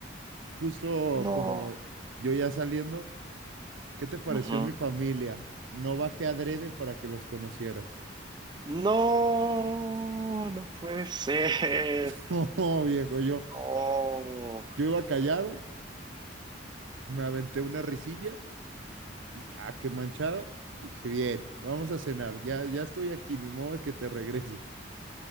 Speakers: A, on the right; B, on the right.
A: justo
B: no.
A: como yo ya saliendo, ¿qué te pareció
B: ujú.
A: mi familia? No bajé adrede para que los conocieras.
B: No, no puede ser.
A: <laughs> Oh, viejo, yo,
B: No.
A: yo iba callado, me aventé una risilla, dije, ah, qué manchada. Dije, bien, vamos a cenar, ya, ya estoy aquí, ni modo de que te regreses.